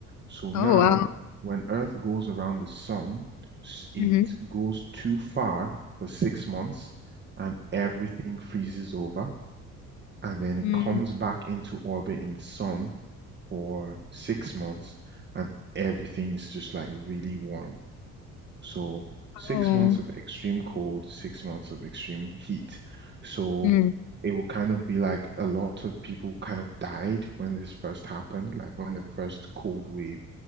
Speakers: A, on the right (about 25°); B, on the left (about 40°).
A: So now,
B: Oh wow.
A: when Earth goes around the sun, s- it
B: hmm
A: goes too far for six months and everything freezes over. And then it
B: mm
A: comes back into orbit in the sun for six months and everything is just like really warm. So six
B: Oh.
A: months of extreme cold, six months of extreme heat. So
B: mm
A: it will kind of be like a lot of people kind of died when this first happened, like when the first cold wave